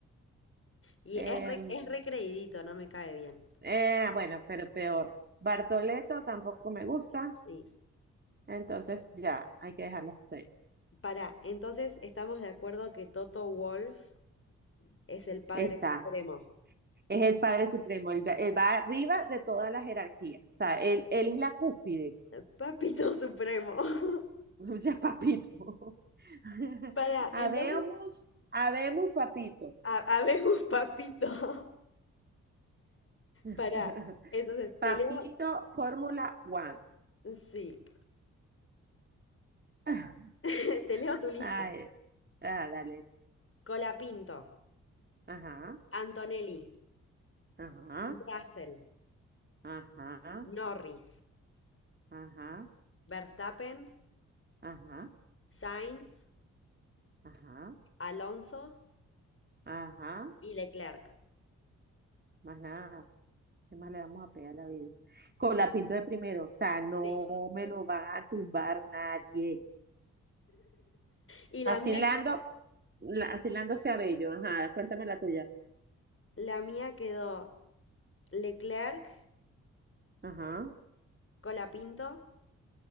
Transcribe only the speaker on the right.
eh,
eh, bueno, pero peor. Bartoleto tampoco me gusta.
Entonces ya, hay que dejarlo hasta ahí.
Está.
Es el Padre Supremo. Él, va él va arriba de toda la jerarquía. O sea, él, él es la cúspide.
<laughs> ya papito. <laughs>
Habemos,
habemos, papito.
<laughs>
Papito
Fórmula One.
<laughs>
Ay, ah, dale.
Ajá,
ajá,
ajá,
ajá,
ajá,
ajá,
ajá.
Más nada. ¿Qué más le vamos a pegar a la vida? Con la pinto de primero. O sea, no
me lo van a tumbar nadie.
Asilando,
la- asilándose a Bello. Ajá, cuéntame la tuya.
Ajá,